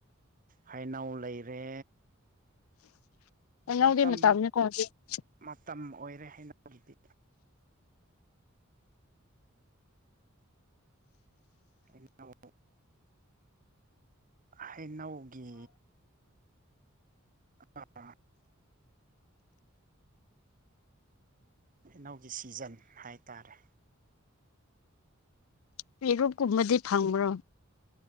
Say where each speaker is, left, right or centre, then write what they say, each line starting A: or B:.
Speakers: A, on the right; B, on the left.
A: ꯍꯩꯅꯧ ꯂꯩꯔꯦ
B: ꯎ <inaudible> ꯍꯩꯅꯧꯗꯤ
A: ꯃꯇꯝ
B: ꯃꯇꯝꯅꯦꯀꯣ ꯍꯧꯖꯤꯛ
A: ꯃꯇꯝ ꯑꯣꯏꯔꯦ ꯍꯩꯅꯧꯒꯤꯗꯤ ꯍꯩꯅꯧ ꯍꯩꯅꯧꯒꯤ ꯑꯥ ꯍꯩꯅꯧꯒꯤ ꯁꯤꯖꯟ ꯍꯥꯏꯇꯥꯔꯦ
B: ꯄꯦꯔꯨꯛ ꯀꯨꯝꯕꯗꯤ ꯐꯪꯕ꯭ꯔꯣ